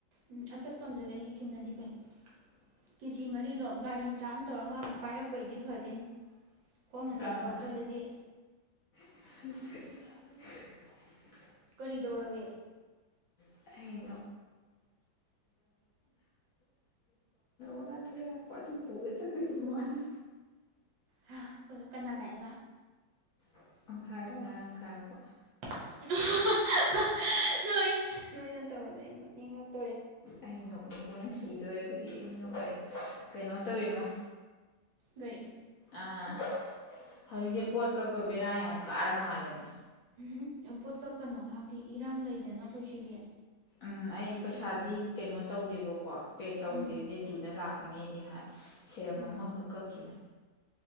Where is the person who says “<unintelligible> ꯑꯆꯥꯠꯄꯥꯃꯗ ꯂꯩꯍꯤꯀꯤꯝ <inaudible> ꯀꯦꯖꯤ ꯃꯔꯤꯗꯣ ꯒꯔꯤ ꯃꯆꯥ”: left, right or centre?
Right